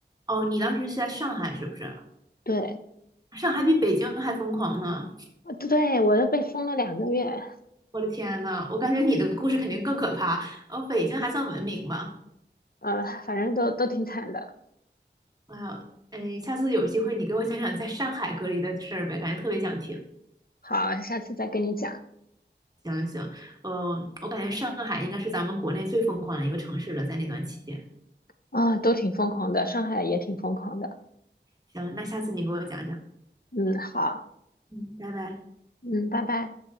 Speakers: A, on the right (about 20°); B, on the left (about 55°).
A: 哦，你当时是在上海是不是？
B: 对，
A: 上海比北京还疯狂呢！
B: 呃对，我都被封了两个月，
A: 我的天呐，我感觉你的故事肯定更可怕。哦，北京还算文明吧？
B: 呃，反正都都挺惨的。
A: 哎呀，哎，下次有机会你给我讲讲在上海隔离的事儿呗，感觉特别想听。
B: 好，下次再跟你讲。
A: 行行，嗯、我感觉上海应该是咱们国内最疯狂的一个城市了，在那段期间。
B: 啊、都挺疯狂的，上海也挺疯狂的。
A: 行，那下次你给我讲讲。
B: 嗯，好，
A: 嗯，拜拜。
B: 嗯，拜拜。